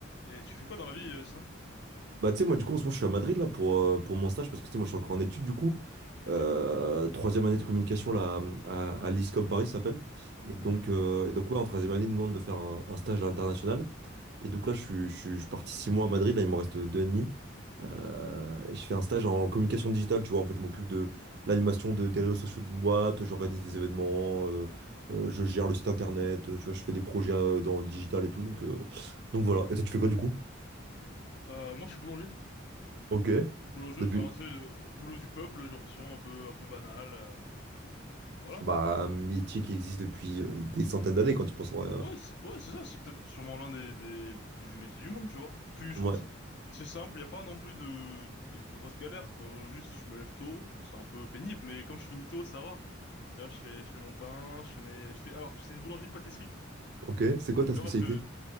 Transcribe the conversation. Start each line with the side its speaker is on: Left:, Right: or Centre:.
Left: Et tu fais quoi dans la vie, euh, sinon?
Right: Bah, tu sais, moi, du coup, en ce moment, je suis à Madrid, là, pour, euh, pour mon stage, parce que, tu sais, moi, je suis encore en études, du coup.
Left: Ok.
Right: Euh, troisième année de communication, là, à, à l'ISCOM Paris, ça s'appelle. Et donc,
Left: Mhm.
Right: euh, et donc, ouais, en troisième année, ils nous demandent de faire un, un stage à l'international. Et donc, là, je suis, je suis, je suis parti six mois à Madrid, là, il me reste deux et demi. Euh, et je fais un stage en communication digitale, tu vois. En fait, je m'occupe de l'animation de, des réseaux sociaux d'une boîte, j'organise des événements, euh, euh, je gère le site internet, euh, tu vois, je fais des projets euh, dans le digital et tout. Donc, euh, donc voilà. Et toi, tu fais quoi, du coup?
Left: Euh, moi, je suis boulanger.
Right: Ok.
Left: Boulanger,
Right: Depuis,
Left: enfin, c'est euh, boulot du peuple, j'ai l'impression, un peu, un peu banal. euh, voilà,
Right: Bah,
Left: quoi.
Right: un métier qui existe depuis euh, des centaines d'années quand tu penses en vrai. hein.
Left: Ouais, c'est ouais, c'est ça, c'est peut-être sûrement l'un des, des plus vieux métiers du monde, tu vois. Et puis, je
Right: Ouais.
Left: trouve que c'est simple, il n'y a pas non plus de, de grosses galères, quoi. Juste, je me lève tôt, c'est un peu pénible, mais comme je finis tôt, ça va. Tu vois, je fais, je fais mon pain, je fais mes, je fais, alors, c'est une boulangerie-pâtisserie,
Right: Ok. C'est quoi ta
Left: tu
Right: spécialité?
Left: vois, parce que,